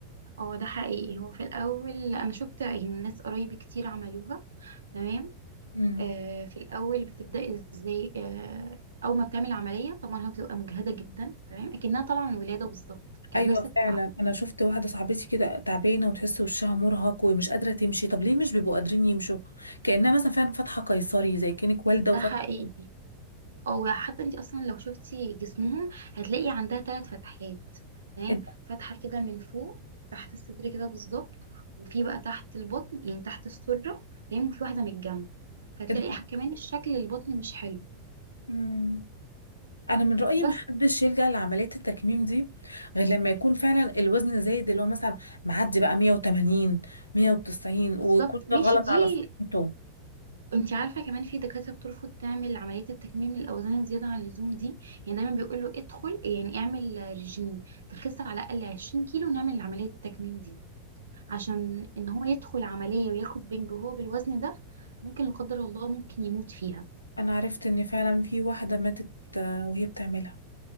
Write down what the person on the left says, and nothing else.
مم.
ايوه
فعلا انا شفت واحده صاحبتي كده تعبانه وتحس وشها مرهق ومش قادره تمشي طب ليه مش بيبقوا قادرين يمشوا كانها مثلا فعلا فاتحه قيصري زي كانك والده وفاتحه
قيصري.
ايه ده
إيه ده؟
مم. انا من رايي
ما حدش يلجا لعمليه التكميم دي غير لما يكون فعلا الوزن زايد اللي هو مثلا معدي بقى 180 190 ويكون
ده غلط
على صحته
انا عرفت ان فعلا في واحده ماتت آه، وهي بتعملها